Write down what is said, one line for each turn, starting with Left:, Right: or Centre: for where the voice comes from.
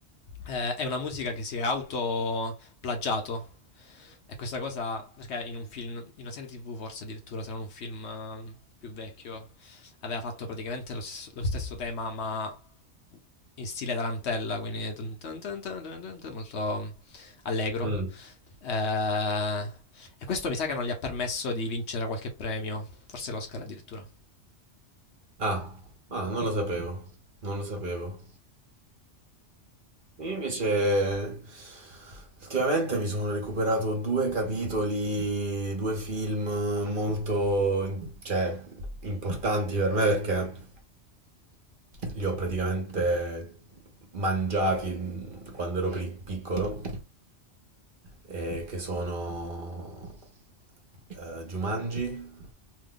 Left: eh, è una musica che si è autoplagiato. E questa cosa, perché in un film, in una serie TV forse addirittura, se non un film eh, più vecchio, aveva fatto praticamente lo, stesso- lo stesso tema, ma in stile tarantella, quindi tun tun tun tun tun tun tun, molto allegro.
Right: Mm.
Left: Eh, e questo mi sa che non gli ha permesso di vincere qualche premio, forse l'Oscar addirittura.
Right: Ah, ah, non lo sapevo, non lo sapevo. Io invece ultimamente mi sono recuperato due capitoli, due film molto, cioè, importanti per me perché li ho praticamente mangiati mm, quando ero pri- piccolo, e che sono eh, Jumanji,